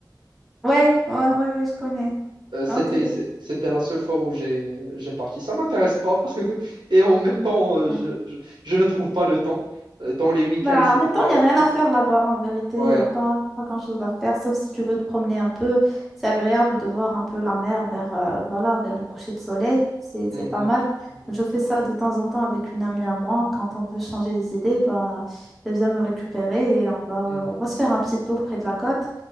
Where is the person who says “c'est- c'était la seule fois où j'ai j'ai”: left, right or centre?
Right